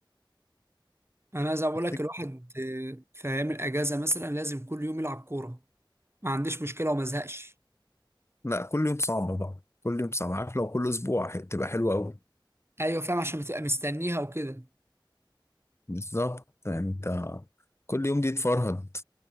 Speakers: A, on the right; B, on the left.
A: انا زي ما بقول
B: تفتكر
A: لك الواحد آه، في ايام الاجازه مثلا لازم كل يوم يلعب كوره ما عنديش مشكله وما ازهقش
B: لا كل يوم صعب بقى كل يوم صعب عارف لو كل اسبوع ح- تبقى حلوه قوي
A: ايوه فاهم عشان بتبقى مستنيها وكده
B: بالظبط يعني انت كل يوم دي تفرهد